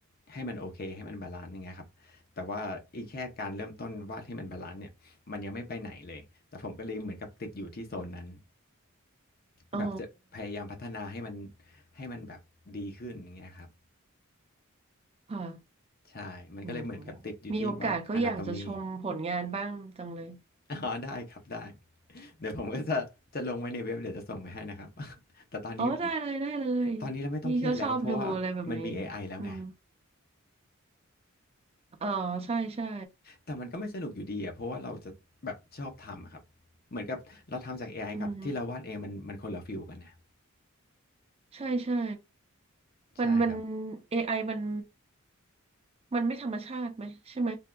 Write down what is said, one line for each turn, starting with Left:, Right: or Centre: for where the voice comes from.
Left: ให้มันโอเคให้มันบาลันซ์อย่างเงี้ยครับแต่ว่าอีแค่การเริ่มต้นวาดให้มันบาลันซ์เนี่ยมันยังไม่ไปไหนเลยแต่ผมก็เลยเหมือนกับติดอยู่ที่โซนนั้น
Right: อ๋อ
Left: แบบจะพยายามพัฒนาให้มันให้มันแบบดีขึ้นอย่างเงี้ยครับ
Right: ค่ะ
Left: ใช่มันก็เลยเหมือนกับติดอยู่ที่วาด
Right: อ๋อมีโอกาสก็อยากจะชมผลงานบ้างจังเลย
Left: anatomy อ๋อได้ครับได้เดี๋ยวผมก็จะจะลงไว้ในเว็บเดี๋ยวจะส่งไปให้นะครับ <laughs> แต่ตอนนี้
Right: อ๋อได้เลยได้เลย
Left: ตอนนี้เราไม่ต้องเครียดแล้วเพราะว่ามันมีเอไอแล้วไง
Right: พี่ก็ชอบดูอะไรแบบนี้อืมอ๋อใช่ใช่
Left: แต่มันก็ไม่สนุกอยู่ดีอะเพราะว่าเราจะแบบชอบทำอะครับเหมือนกับเราทำจากเอไอกับที่เราวาดเองมันมันคนละฟิลกันนะ
Right: อืมใช่ใช่
Left: ใช่ครับ
Right: มันมันเอไ i มันมันไม่ธรรมชาติไหมใช่ไหม